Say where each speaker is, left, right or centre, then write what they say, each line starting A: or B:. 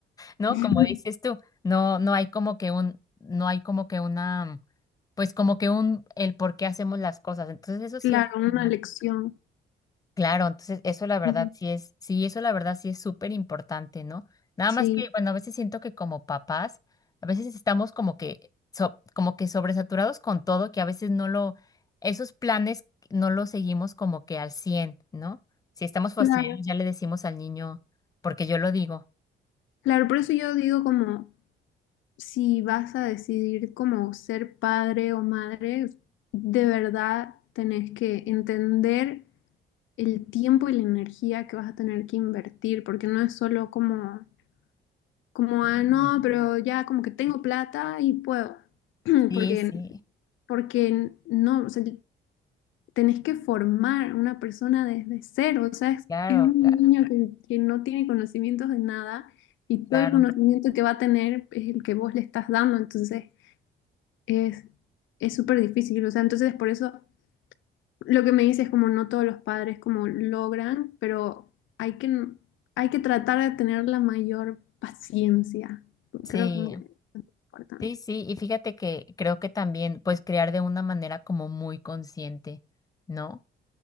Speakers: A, on the left; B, on the left.
A: ¿no?
B: <laughs>
A: Como dices tú, no, no hay como que un, no hay como que una, pues como que un, el por qué hacemos las cosas. Entonces eso
B: Claro,
A: sí es,
B: una
A: ¿no?
B: lección.
A: claro, entonces eso la verdad
B: Ujú.
A: sí es, sí, eso la verdad sí es súper importante, ¿no? Nada
B: Sí,
A: más que, bueno, a veces siento que como papás, a veces estamos como que, so- como que sobresaturados con todo, que a veces no lo, esos planes no los seguimos como que al cien ¿no? Si estamos fastidiados,
B: claro.
A: ya le decimos al niño, porque yo lo digo.
B: Claro, por eso yo digo como si vas a decidir como ser padre o madre, de verdad tenés que entender el tiempo y la energía que vas a tener que invertir, porque no es solo como, como,
A: Sí,
B: ah, no, pero ya como que tengo plata y puedo, <clears throat>
A: sí,
B: porque,
A: sí.
B: porque no, o sea, tenés que formar una persona desde cero, o sea, es,
A: Claro,
B: es un
A: claro,
B: niño que, que no tiene conocimientos de nada. Y todo
A: claro.
B: el conocimiento que va a tener es el que vos le estás dando. Entonces, es, es súper difícil, o sea, entonces por eso lo que me dices es como no todos los padres como logran, pero hay que, hay que tratar de tener la mayor paciencia.
A: Sí,
B: Creo que es importante.
A: sí, sí. Y fíjate que creo que también, pues, crear de una manera como muy consciente, ¿no?